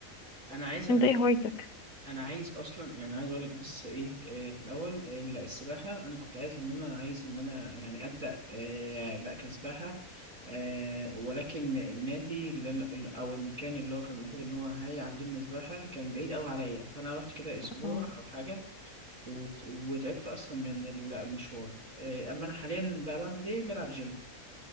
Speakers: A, on the right; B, on the left.
A: انا عايز على
B: انت ايه هوايتك
A: انا عايز اصلا يعني عايز اقول لك بس ايه آه، في الاول آه، لا، السباحه انا كنت عايز ان انا عايز ان انا يعني ابدا آه، بقى كسباحه آه، ولكن النادي اللي أنا- او المكان اللي هو كان المفروض ان هو هيعلمني سباحه كان بعيد قوي عليا فانا رحت كده اسبوع
B: اه
A: او حاجه وت- وتعبت اصلا من المشوار آه، اما انا حاليا بقى بعمل ايه بلعب جيم